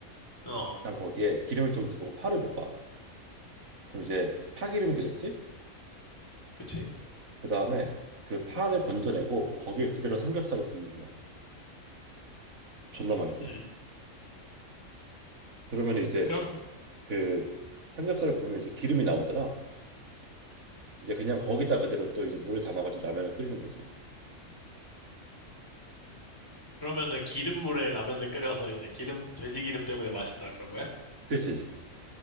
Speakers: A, on the left; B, on the right.
A: 어,
B: 일단 거기에 기름을 좀 두르고 파를 볶아. 그럼 이제 파기름이 되겠지?
A: 그치?
B: 그 다음에 그 파를 건져내고 거기에 그대로 삼겹살을 굽는 거야. 존나 맛있어.
A: 음.
B: 그러면 이제
A: 그럼,
B: 그 삼겹살을 구우면 이제 기름이 나오잖아. 이제 그냥 거기다 그대로 또 이제 물을 담아가지고 라면을 끓이는 거지.
A: 그러면은 기름물에 라면을 끓여서 이제 기름, 돼지 기름 때문에 맛있다 그런 거야?
B: 그지?